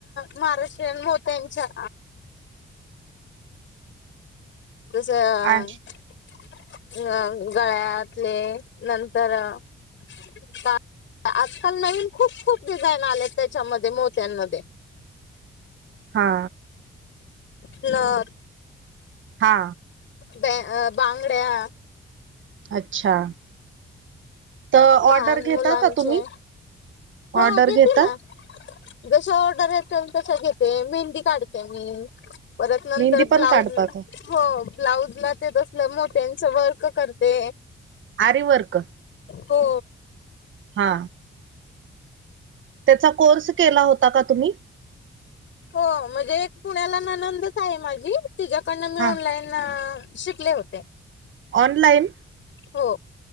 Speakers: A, on the left; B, on the right.
A: महाराष्ट्रीयन मोत्यांच्या <unintelligible>
B: आ
A: अ गळ्यातले नंतर अ आजकाल नवीन खूप, खूप डिझाईन आलेत त्यांच्यामध्ये मोत्यांमध्ये
B: हा
A: नथ
B: हा
A: ब अ बांगड्या
B: अच्छा तर
A: लहान
B: ऑर्डर घेता,
A: मुलांचे
B: का तुम्ही
A: हो
B: ऑर्डर
A: घेते
B: घेता
A: ना. जशा ऑर्डर येतील तशा घेते मेहंदी काढते मी परत नंतर
B: मेहंदी पण
A: ब्लाऊज
B: काढता का
A: हो ब्लाउजला तसलं मोत्यांच वर्क करते.
B: आरीवर्क
A: हो
B: हा त्याचा कोर्स केला होता का तुम्ही
A: हो म्हणजे एक पुण्याला नणंदच आहे माझी तिच्याकडनं
B: हा
A: ऑनलाईन शिकले होते.
B: ऑनलाईन
A: हो